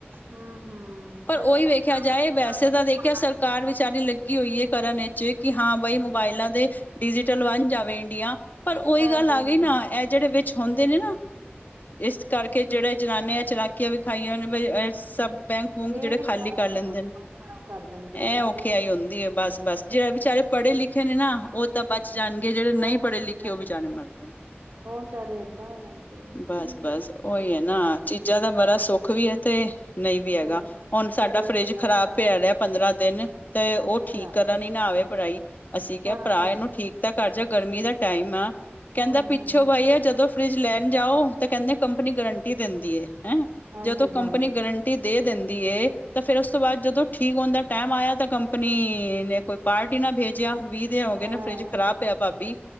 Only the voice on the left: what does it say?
ਪਰ
ਉਹੀ ਵੇਖਿਆ
ਜਾਂ ਏ
ਵੈਸੇ ਤਾਂ ਦੇਖਿਆ
ਸਰਕਾਰ
ਵਿਚਾਰੀ ਲੱਗੀ ਹੋਈ ਐ ਕਰਨ ਇਹ ਚ ਕਿ ਹਾਂ ਬਾਈ
ਮੋਬਾਇਲਾਂ ਦੇ ਡਿਜੀਟਲ ਵਣ ਜਾਵੇ ਇੰਡੀਆ ਪਰ ਉਹੀ
ਗੱਲ ਆ
ਗਈ ਨਾ ਇਹ ਜਿਹੜੇ ਵਿੱਚ ਹੁੰਦੇ ਨੇ ਨਾ ਇਸ ਕਰਕੇ ਜਿਹੜੇ ਜਨਾਨੇ ਆ ਚ ਕੇ ਵਿਖਾਈਆਂ ਨੇ ਅਰ <unintelligible> ਸਭ ਬੈਂਕ ਬੂੰਂਕ ਜਿਹੜੇ
ਖਾਲੀ
ਕਰ ਲੈਂਦੇ
ਨੇ
ਇਹ
ਔਖੇ ਆਈ ਹੁੰਦੀ ਐ ਬਸ ਬਸ ਜਿਹੜੇ ਵਿਚਾਰੇ ਪੜ੍ਹੇ ਲਿਖੇ ਨੇ ਨਾ ਉਹ ਤਾਂ ਬਚ ਜਾਣਗੇ ਜਿਹੜੇ ਨਹੀਂ
ਪੜ੍ਹੇ ਲਿਖੇ ਉਹ ਵਿਚਾਰੇ। <unintelligible>
ਬਸ-ਬਸ
ਉਹੀ ਹੈ ਨਾ ਚੀਜ਼ਾਂ ਦਾ ਬੜਾ ਸੁੱਖ ਵੀ ਐ ਤੇ ਨਹੀਂ ਵੀ
ਹੈਗਾ ਹੁਣ ਸਾਡਾ
ਫਰਿੱਜ
ਖ਼ਰਾਬ
ਪਿਆ ਰਿਹਾ ਪੰਦਰਾਂ ਦਿਨ ਤੇ ਉਹ
ਠੀਕ ਕਰਨ ਈ ਨਾ ਆਵੇ ਭਰਾ ਈ ਅਸੀਂ ਕਿਹਾ
ਭਰਾ ਇਹਨੂੰ ਠੀਕ ਤਾ ਕਰ ਜਾ ਗਰਮੀ ਦਾ ਟਾਈਮ ਆ ਕਹਿੰਦਾ
ਪਿੱਛੋਂ ਬਾਈ ਆ ਜਦੋਂ ਫਰਿੱਜ ਲੈਣ ਜਾਓ ਤਾਂ ਕਹਿੰਦੇ ਕੰਪਨੀ ਗਰੰਟੀ ਦਿੰਦੀ ਐ ਹੈ
ਜਦੋਂ ਕੰਪਨੀ ਗਰੰ ਟੀ ਦੇ ਦਿੰਦੀ ਐ ਤਾਂ ਫੇਰ ਉਸ ਤੋਂ ਬਾਅਦ ਜਦੋਂ ਠੀਕ ਹੋਣ ਦਾ ਟੈਇਮ ਆਇਆ ਤਾਂ ਕੰਪਨੀ ਨੇ ਕੋਈ ਪਾਰਟ ਈ ਨਾ ਭੇਜਿਆ ਵੀਹ ਦਿਨ ਹੋ
ਗਏ ਨੇ ਫਰਿੱਜ ਖ਼ਰਾਬ ਪਿਆ ਭਾਬੀ।